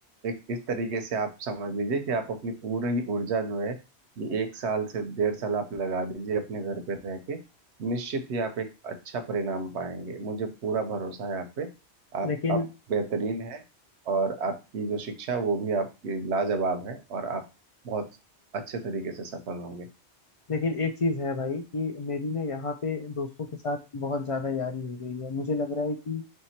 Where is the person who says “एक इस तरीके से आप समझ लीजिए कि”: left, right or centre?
Right